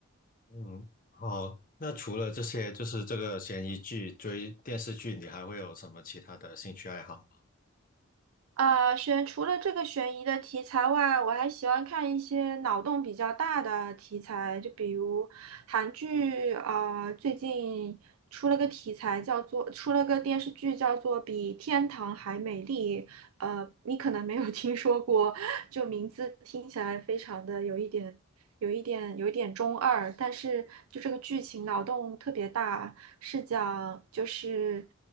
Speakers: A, on the left (about 40°); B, on the right (about 85°).
A: 嗯，好。那除了这些，就是这个悬疑剧、追电视剧，你还会有什么其他的兴趣爱好吗？
B: 啊，悬除了这个悬疑的题材外，我还喜欢看一些脑洞比较大的题材，就比如韩剧，啊，最近出了个题材叫做，出了个电视剧叫做《比天堂还美丽》，呃，你可能没有听说过，就名字听起来非常的有一点。有一点有一点中二，但是就这个剧情脑洞特别大，是讲就是